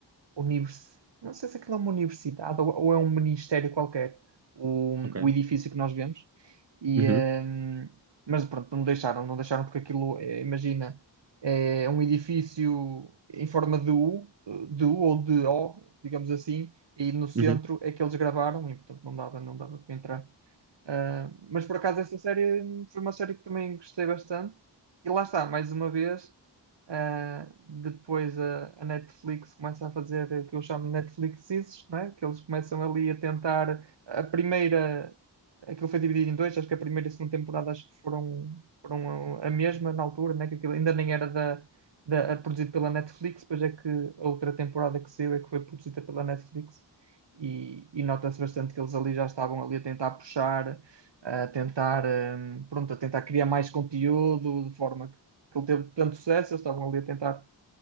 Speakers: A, on the right (about 75°); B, on the right (about 35°).
A: univers... Não sei se aquilo é uma universidade ou, ou é um ministério qualquer, o,
B: ok.
A: o edifício que nós vemos. E,
B: Uhum,
A: hum, mas pronto, não deixaram, não deixaram porque aquilo, é, imagina, é um edifício em forma de U, de U ou de O, digamos assim, e no centro
B: uhum.
A: é que eles gravaram e portanto não dava, não dava para entrar. Ah, mas por acaso essa série hum, foi uma série que também gostei bastante. E lá está, mais uma vez, ah, depois a, a Netflix começa a fazer o que eu chamo de Netflixes, né? Que eles começam ali a tentar a primeira, aquilo foi dividido em dois, acho que a primeira e a segunda temporada acho que foram, foram a mesma na altura, né? Que aquilo ainda nem era da, da, a- produzido pela Netflix, depois é que a outra temporada que saiu é que foi produzida pela Netflix e, e nota-se bastante que eles ali já estavam ali a tentar puxar a tentar, hum, pronto, a tentar criar mais conteúdo de forma que ele teve tanto sucesso, eles estavam ali a tentar